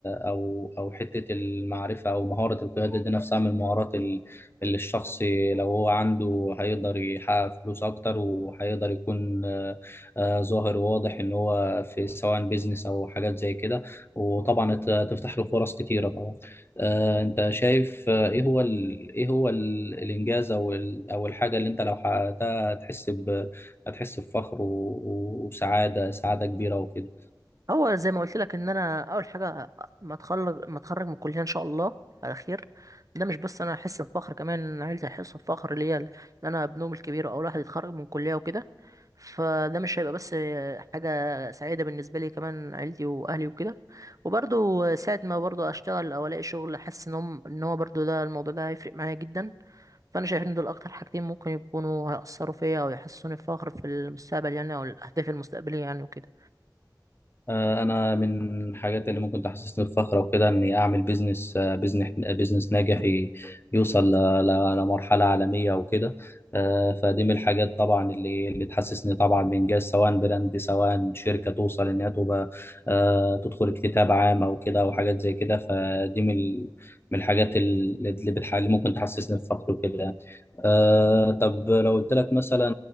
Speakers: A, on the left; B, on the right.
A: أو أو حتة المعرفة أو مهارة القيادة دي نفسها من المهارات ال- اللي الشخص لو هو عنده هيقدر يحقق فلوس أكتر وهيقدر يكون آه، آه، ظاهر وواضح إن هو في سواء بيزنس أو حاجات زي كده وطبعا ت- تفتح له فرص كتيرة طبعا آه، أنت شايف آه، إيه هو ال- إيه هو ال- الإنجاز أو ال- أو الحاجة اللي أنت لو حققتها هتحس ب... هتحس بفخر و... و- وسعادة سعادة كبيرة وكده
B: هو زي ما قلت لك ان انا اول حاجه ما اتخرج ما اتخرج من الكليه ان شاء الله على خير ده مش بس انا احس بفخر كمان إن عيلتي هيحسوا بفخر ليا ان انا ابنهم الكبير اول واحد يتخرج من الكليه وكده فده مش هيبقى بس حاجه سعيده بالنسبه لي كمان عيلتي واهلي وكده وبرضه ساعه ما برضه اشتغل او الاقي شغل حاسس ان هم ان هو برضه ده الموضوع ده هيفرق معايا جدا فانا شايف ان دول اكتر حاجتين ممكن يكونوا هيأثروا فيا او يحسسوني بفخر في المستقبل يعني او الاهداف المستقبليه يعني وكده
A: آه، انا من الحاجات اللي ممكن تحسسني بفخر وكده اني اعمل بيزنس بيزنس بيزنس ناجح ي- يوصل ل- ل- لمرحله عالميه وكده آه، فدي من الحاجات طبعا اللي اللي تحسسني طبعا بانجاز سواء براند سواء شركه توصل انها تبقى آه، تدخل اكتتاب عام او كده او حاجات زي كده فدي من ال- من الحاجات اللي اللي بتح- اللي ممكن تحسسني بفخر وكده يعني. آه، طب لو قلت لك مثلا